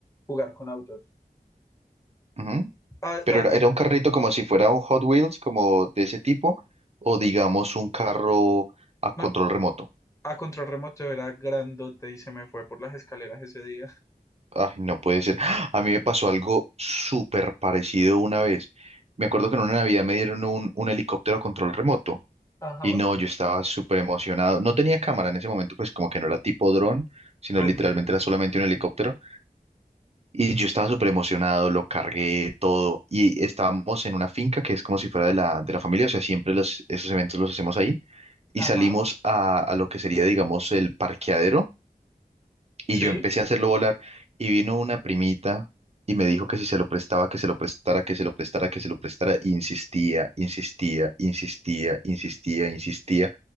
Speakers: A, on the left; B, on the right.
A: jugar con autos.
B: ujú.
A: A,
B: Pero
A: a
B: era
A: ti,
B: era un carrito como si fuera un Hot Wheels, como de ese tipo, o digamos un carro a
A: no,
B: control remoto.
A: a control remoto era grandote y se me fue por las escaleras ese día.
B: Ay, no puede ser. ¡Ah! A mí me pasó algo súper parecido una vez. Me acuerdo que en una Navidad me dieron un, un helicóptero a control remoto.
A: Ajá.
B: Y no, yo estaba súper emocionado. No tenía cámara en ese momento, pues como que no era tipo dron, sino
A: Ok.
B: literalmente era solamente un helicóptero. Y yo estaba súper emocionado, lo cargué todo. Y estábamos en una finca que es como si fuera de la, de la familia, o sea, siempre los, esos eventos los hacemos ahí. Y
A: Ajá.
B: salimos a, a lo que sería, digamos, el parqueadero y
A: Sí.
B: yo empecé a hacerlo volar y vino una primita y me dijo que si se lo prestaba, que se lo prestara, que se lo prestara, que se lo prestara. Y insistía, insistía, insistía, insistía, insistía.